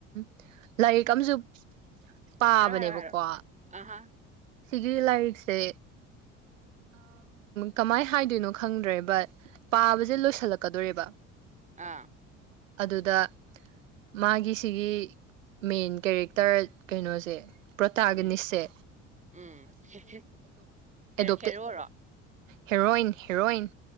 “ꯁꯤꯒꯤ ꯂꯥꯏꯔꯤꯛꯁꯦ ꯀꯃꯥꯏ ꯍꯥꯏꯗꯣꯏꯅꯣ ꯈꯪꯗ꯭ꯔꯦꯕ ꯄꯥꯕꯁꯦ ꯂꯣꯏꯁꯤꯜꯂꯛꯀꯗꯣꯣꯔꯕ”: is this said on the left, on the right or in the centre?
Right